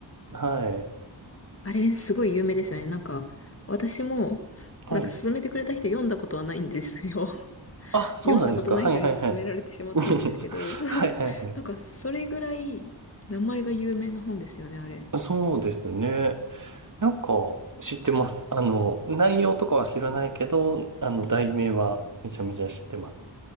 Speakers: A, on the right (about 45°); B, on the left (about 30°).
A: はい。
B: あれすごい有名ですよね。なんか、私も、
A: はい。
B: なんか勧めてくれた人読んだことはないんですよ。<laughs>
A: あ、そうなんですか。
B: 読んだことない人に勧められてしまったんですけど、
A: はいはいはい。<laughs> はいはいはい。
B: <laughs> なんかそれぐらい名前が有名な本ですよね、あれ。
A: そうですね。なんか知ってます。あの、内容とかは知らないけど、あの、題名はめちゃめちゃ知ってます。